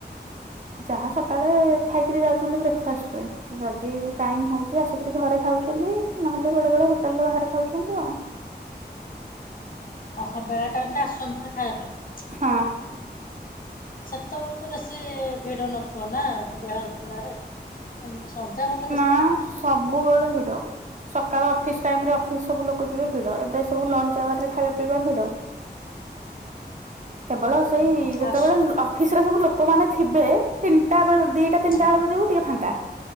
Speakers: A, on the right; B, on the left.
A: ଯାହା ସକାଳେ ଖାଇକିରି ଯାଉଛନ୍ତି ବ୍ରେକ୍ଫାଷ୍ଟ ରେ। ଯଦି ଟାଇମ ହଉଛି ଆସିକିରି ଘରେ ଖାଉଛନ୍ତି। ନହେଲେ ବେଳେ ବେଳେ ହୋଟେଲରେ ବାହାରେ ଖାଉଛନ୍ତି ଆଉ।
B: ଓହୋ ବେଳା ଟାଇମ ଟେ ଆସୁଛନ୍ତି ପୁଣି ଖାଇବା ପାଇଁ।
A: ହଁ।
B: ସେତେବେଳେ ତ ବେଶୀ ଭିଡ ନଥିବ ନା ବେ ବେଳାରେ। ସଦା ବେଳେ
A: ନା ସବୁବେଳେ ଭିଡ। ସକାଳ ଅଫିସ ଟାଇମ ରେ ଅଫିସ ସବୁ ଲୋକ ଯିବେ ଭିଡ ଏବେ ସବୁ ଲଞ୍ଚ ଆୱାର ରେ ଖାଇବା ପିଇବା ଭିଡ। <inaudible> କେବଳ ସେଇ
B: ହଁ ହଁ
A: ଯେତେବେଳେ
B: ଆସୁ
A: ଫିସରେ ସବୁ ଲୋକମାନେ ଥିବେ ତିନିଟା ବେଳେ ଦିଟା ତିନିଟା
B: ହଁ
A: ବେଳକୁ ଯିବୁ ଟିକେ ଫାଙ୍କା।